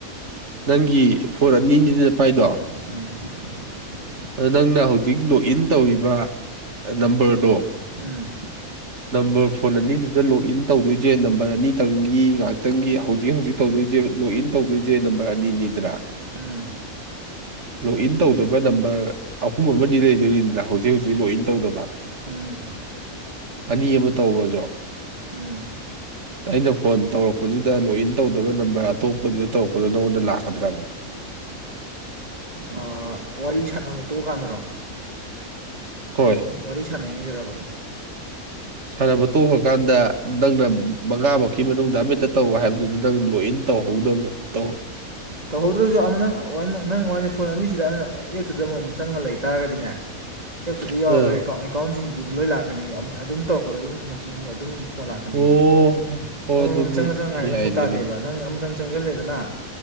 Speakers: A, on the right; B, on the right.
A: ꯅꯪꯒꯤ ꯐꯣꯔ ꯑꯅꯤ ꯅꯤꯗꯅ ꯄꯥꯏꯗꯣ
B: ꯎꯝ
A: ꯑꯗꯣ ꯅꯪꯅ ꯍꯧꯖꯤꯛ ꯂꯣꯛꯏꯟ ꯇꯧꯔꯤꯕ ꯑ ꯅꯝꯕꯔꯗꯣ
B: ꯎꯝ
A: ꯅꯝꯕꯔ ꯐꯣꯟ ꯑꯅꯤꯗꯨꯗ ꯂꯣꯛꯏꯟ ꯇꯧꯗꯣꯏꯖꯦ ꯅꯝꯕꯔ ꯑꯅꯤꯇꯪꯒꯤ ꯉꯥꯛ ꯇꯪꯒꯤ ꯍꯧꯖꯤꯛ ꯍꯧꯖꯤꯛ ꯇꯧꯗꯣꯏꯖꯦ ꯂꯣꯛꯏꯟ ꯇꯧꯗꯣꯏꯖꯦ ꯅꯝꯕꯔ ꯑꯅꯤꯅꯤꯗꯅ
B: ꯎꯝ
A: ꯂꯣꯛꯏꯟ ꯇꯧꯗꯕ ꯅꯝꯕꯔ ꯑꯍꯨꯝ ꯑꯃꯥꯗꯤ ꯂꯩꯗꯣꯏꯅꯤꯗꯅ ꯍꯧꯖꯤꯛ ꯍꯧꯖꯤꯛ ꯂꯣꯛꯏꯟ ꯇꯧꯗꯕ
B: ꯎꯝ
A: ꯑꯅꯤ ꯑꯃꯥ ꯇꯧꯒ꯭ꯔꯖꯣ
B: ꯎꯝ
A: ꯑꯩꯅ ꯐꯣꯟ ꯇꯧꯔꯛ ꯍꯧꯖꯤꯗ ꯂꯣꯛꯏꯟ ꯇꯧꯗꯕ ꯅꯝꯕꯔ ꯑꯇꯣꯞꯄꯗꯨꯗ ꯇꯧꯔꯛꯄꯗ ꯅꯪꯉꯣꯟꯗ ꯂꯥꯛꯀꯗ꯭ꯔꯕ
B: ꯑꯥ ꯋꯥꯔꯤ ꯁꯥꯟꯅꯕ ꯇꯣꯛꯑꯀꯥꯟꯗꯔꯣ
A: ꯍꯣꯏ
B: ꯋꯥꯔꯤ ꯁꯟꯅꯩꯉꯩꯗꯔꯕ
A: ꯁꯥꯟꯅꯕ ꯇꯣꯛꯈꯀꯥꯟꯗ ꯅꯪꯅ ꯃꯉꯥꯃꯛꯀꯤ ꯃꯅꯨꯡꯗ ꯑꯃꯥ ꯍꯦꯛꯇ ꯇꯧꯔꯛꯑꯣ ꯍꯥꯏꯕꯗꯨ ꯅꯪꯅ ꯂꯣꯛꯏꯟ ꯇꯧꯍꯧꯗꯕ ꯇꯧꯍꯧ
B: ꯇꯧꯍꯧꯗ꯭ꯔꯖꯨ ꯑꯃꯥ ꯅꯪ ꯑ ꯋꯅ ꯅꯪ ꯋꯥꯔꯤꯅꯤ ꯐꯣꯟ ꯑꯅꯤꯁꯤꯗ ꯑꯩꯅ ꯑꯦꯞꯇꯨꯗ ꯑꯃꯥꯃꯝ ꯆꯪꯉ ꯂꯩꯇꯥꯥꯔꯒꯗꯤꯅꯦ
A: <inaudible>
B: ꯑꯦꯞꯇꯨꯗ ꯌꯥꯎꯔꯕ
A: ꯑꯥ
B: ꯑꯦꯀꯥꯎꯟ ꯑꯦꯀꯥꯎꯟꯖꯤꯡꯗꯨꯗ ꯂꯣꯏ ꯂꯥꯛ ꯀꯅꯤꯌꯦ ꯑꯃ ꯑꯗꯨꯝ ꯇꯧꯔꯛꯄꯗ ꯑꯗꯨꯝ ꯅꯣꯇꯤ ꯅꯣ ꯑꯗꯨꯝ ꯐꯣꯟ ꯂꯥꯛꯀꯅꯤꯌꯦ
A: ꯑꯣ ꯍꯣ
B: ꯑꯃꯃꯥꯝ
A: ꯑꯗꯨꯗꯤ
B: ꯆꯪꯉ ꯆꯪꯉ ꯉꯥꯏꯕ
A: ꯌꯥꯏꯅꯦ
B: ꯊꯧ ꯇꯥ
A: ꯑꯗꯨꯗꯤ
B: ꯅꯪ ꯑꯃꯇꯪ ꯆꯪꯖꯜꯂꯦꯗꯅ